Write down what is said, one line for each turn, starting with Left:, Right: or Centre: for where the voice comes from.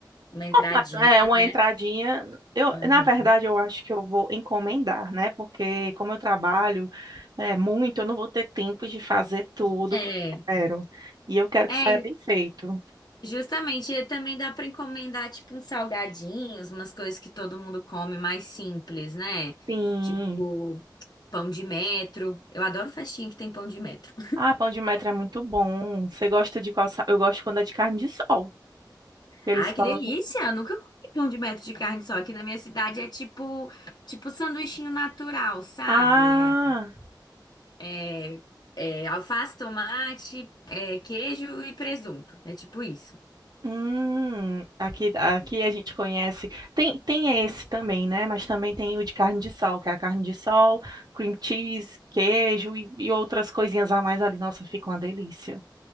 Left: Uma entradinha,
Right: Mas, É uma
Left: né?
Right: entradinha. Eu,
Left: Uhum.
Right: na verdade, eu acho que eu vou encomendar, né? Porque como eu trabalho é, muito, eu não vou ter tempo de fazer tudo
Left: É,
Right: que eu quero. E eu quero
Left: é,
Right: que saia bem feito.
Left: Justamente, e também dá pra encomendar tipo uns salgadinhos, umas coisas que todo mundo come mais simples, né?
Right: Sim.
Left: Tipo pão de metro. Eu adoro festinha que tem pão de metro.
Right: Ah, pão de metro é muito bom. Você gosta de qual? sa- Eu gosto quando é de carne de sol. que Eles
Left: Ai,
Right: colocam.
Left: que delícia! Eu nunca comi pão de metro de carne só. Aqui na minha cidade é tipo tipo sanduichinho natural, sabe?
Right: Ah,
Left: É, é, é alface, tomate, é, queijo e presunto. É tipo isso.
Right: Hum, aqui, aqui a gente conhece. Tem, tem esse também, né? Mas também tem o de carne de sol, que é a carne de sol, cream cheese, queijo e, e outras coisinhas a mais ali. Nossa, fica uma delícia.